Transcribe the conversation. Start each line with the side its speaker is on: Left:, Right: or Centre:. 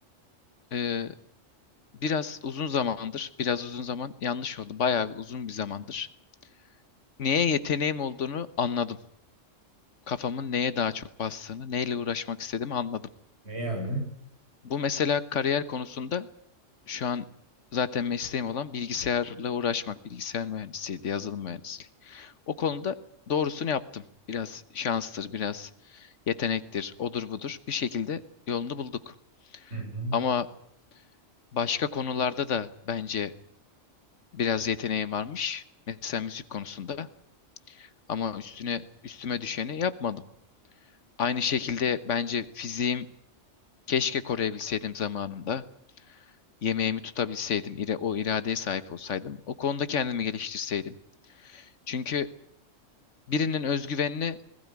Left: e, biraz uzun zamandır, biraz uzun zaman yanlış oldu. Bayağı bir uzun bir zamandır Neye yeteneğim olduğunu anladım. Kafamın neye daha çok bastığını, neyle uğraşmak istediğimi anladım.
Right: Ne abi?
Left: Bu mesela kariyer konusunda şu an zaten mesleğim olan bilgisayarla uğraşmak, bilgisayar mühendisiydi, yazılım mühendisliği. O konuda doğrusunu yaptım. Biraz şanstır, biraz yetenektir, odur budur. Bir şekilde yolunu bulduk.
Right: Hı hı.
Left: Ama başka konularda da bence biraz yeteneğim varmış. Mesela müzik konusunda ama üstüne üstüme düşeni yapmadım. Aynı şekilde bence fiziğim Keşke koruyabilseydim zamanında. Yemeğimi tutabilseydim, ire- o iradeye sahip olsaydım. O konuda kendimi geliştirseydim. Çünkü birinin özgüvenini